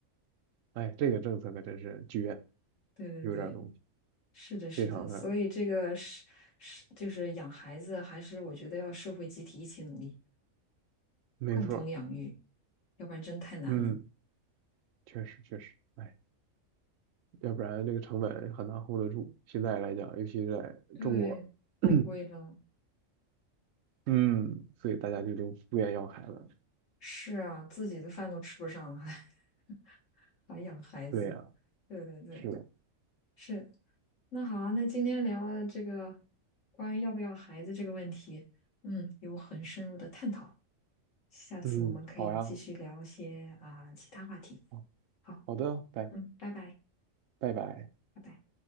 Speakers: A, on the right; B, on the left.
A: 哎，这个政策可真是绝，
B: 对对对，
A: 有点东西，
B: 是的，是的。
A: 非常的
B: 所以这个是是就是养孩子，还是我觉得要社会集体一起努力，
A: 没错，
B: 共同养育，要不然真太难了。
A: 嗯，确实确实，哎，要不然这个成本很难 hold 得住。现在来讲，尤其是在中国，
B: 对，
A: <clears throat>
B: 太贵了。
A: 嗯，所以大家就都不愿意要孩子了
B: 是啊，自己的饭都吃不上了，还 <laughs> 还养孩子。
A: 对呀、
B: 对对对，
A: 是的，
B: 是。那好啊，那今天聊了这个关于要不要孩子这个问题，嗯，有很深入的探讨。下次我们可以继续聊一些啊、
A: 嗯，好呀，
B: 其他话题。
A: 好
B: 好，
A: 好的，拜
B: 嗯，拜拜，
A: 拜拜。
B: 拜拜。